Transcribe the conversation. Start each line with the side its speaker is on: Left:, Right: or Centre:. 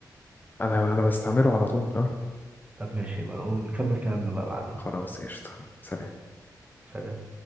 Left: انا انا بستعمله على طول اه
Right: طب ماشي يبقى نقول- نكمل كلامنا بقى بعدين
Left: خلاص قشطه سلام
Right: سلام